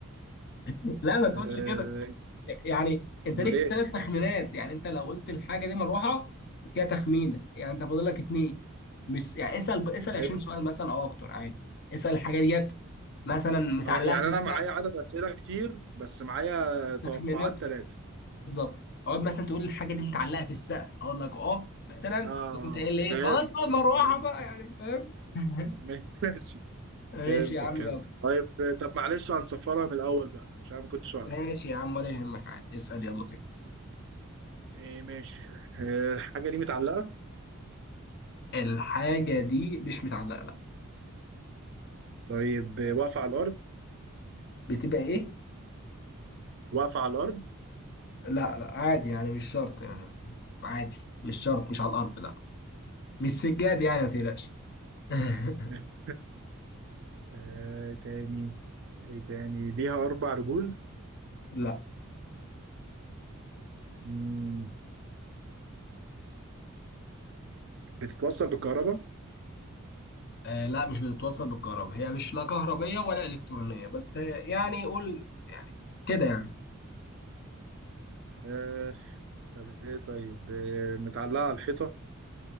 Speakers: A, on the left; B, on the right.
A: <laughs> لا ما
B: أه
A: تقولش كده
B: اس-
A: يعني انت
B: أمال
A: ليك
B: إيه؟
A: ثلاث تخمينات يعني انت لو قلت الحاجه دي مروحه كده تخمينه يعني انت فاضل لك اتنين مش يعني اسال اسال 20
B: إيه ده؟
A: سؤال مثلا او اكتر عادي اسال الحاجه ديت مثلا متعلقه
B: أه يعني
A: في السقف
B: أنا معايا عدد أسئلة كتير بس معايا توقعات
A: تخمينات
B: ثلاثة
A: بالظبط اقعد مثلا تقول الحاجه دي متعلقه في السقف اقول لك اه مثلا تقوم
B: آه
A: انت قايل لي ايه
B: فهمت
A: خلاص بقى مروحه
B: فهمت
A: بقى يعني فاهم <laughs>
B: ماشي <laughs>
A: ماشي
B: فهمت
A: يا عم
B: الكلام
A: يلا
B: طيب طب معلش هنصفرها من الأول بقى عشان أنا ما كنتش أعرف
A: ماشي يا عم ولا يهمك عادي اسال يلا تاني
B: إيه ماشي أه الحاجة دي متعلقة
A: الحاجه دي مش متعلقه لا
B: طيب آه، واقفة على الأرض
A: بتبقى ايه
B: واقفة على الأرض
A: لا لا عادي يعني مش شرط يعني عادي مش شرط مش على الارض لا مش سجاد يعني ما تقلقش <laughs>
B: ماشي أه تاني ايه تاني ليها اربع رجول
A: لا
B: مم. بتتوصل بالكهرباء
A: آه لا مش بتتوصل بالكهرباء هي مش لا كهربية ولا إلكترونية بس آه، يعني قول يعني كده يعني
B: آه. طب ايه طيب آه. متعلقة على الحيطة